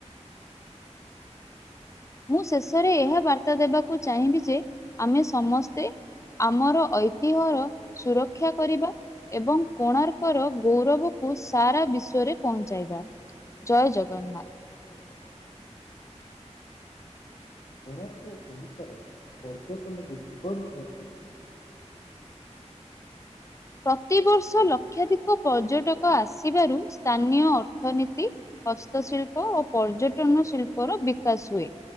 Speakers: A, on the left (about 25°); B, on the left (about 50°).
A: ମୁଁ ଶେଷରେ ଏହା ବାର୍ତ୍ତା ଦେବାକୁ ଚାହିଁବି ଯେ ଆମେ ସମସ୍ତେ ଆମର ଐତିହ୍ୟର ସୁରକ୍ଷା କରିବା ଏବଂ କୋଣାର୍କର ଗୌରବକୁ ସାରା ବିଶ୍ଵରେ ପହଞ୍ଚାଇବା। ଜୟ ଜଗନ୍ନାଥ।
B: କୋଣାର୍କୁ ଓଡିଶାର ପର୍ଯ୍ୟଟନକୁ <unintelligible> ବିଷୟରେ
A: ପ୍ରତିବର୍ଷ ଲକ୍ଷାଧିକ ପର୍ଯ୍ୟଟକ ଆସିବାରୁ ସ୍ଥାନୀୟ ଅର୍ଥନୀତି ହସ୍ତଶିଳ୍ପ ଓ ପର୍ଯ୍ୟଟନ ଶିଳ୍ପ ର ବିକାଶ ହୁଏ।